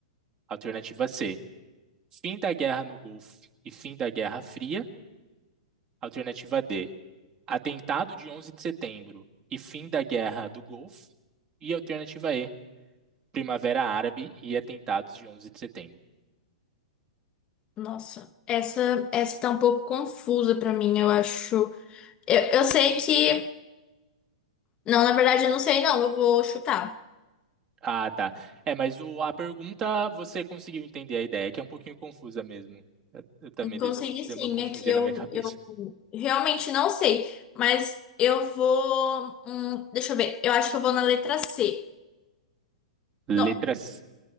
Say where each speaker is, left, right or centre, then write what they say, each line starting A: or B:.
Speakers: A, on the right; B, on the left.
A: Alternativa C, fim da guerra no Golfo e fim da Guerra Fria. Alternativa D, Atentado de 11 de setembro e fim da Guerra do Golfo. E alternativa E, Primavera Árabe e atentados de 11 de setembro.
B: Nossa, essa, essa tá um pouco confusa pra mim, eu acho. Eu, eu sei que. Não, na verdade, eu não sei, não. Eu vou chutar.
A: Ah, tá. É, mas o- a pergunta você conseguiu entender a ideia, que é um pouquinho confusa mesmo. Eu, eu também dei,
B: Consegui sim,
A: dei uma confundida
B: aqui eu,
A: na minha cabeça.
B: eu realmente não sei. Mas eu vou. hum, deixa eu ver. Eu acho que eu vou na letra C.
A: Letras.
B: Não,